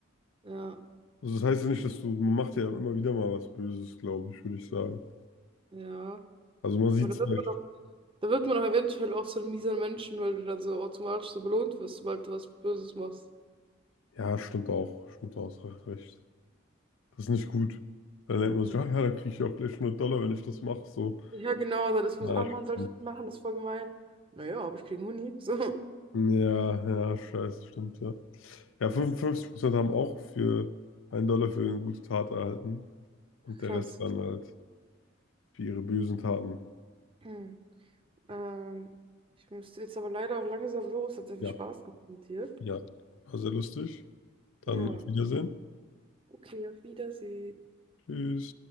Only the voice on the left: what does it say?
Also das heißt ja nicht, dass du, man macht ja immer wieder mal was Böses, glaube ich, würde ich sagen.
Also man sieht
es
vielleicht.
Ja, stimmt auch. Stimmt auch, hast recht. Das ist nicht gut. Dann denkt man
sich, ah, ja, da kriege ich auch gleich 100 Dollar, wenn ich das mache. So.
Ja,
stimmt.
ja, ja, scheiße, stimmt, ja. Ja, 55% haben auch für einen Dollar für eine gute Tat erhalten. Und der
Rest dann halt für ihre bösen Taten.
Ja,
ja. War sehr lustig. Dann
auf Wiedersehen.
Tschüss.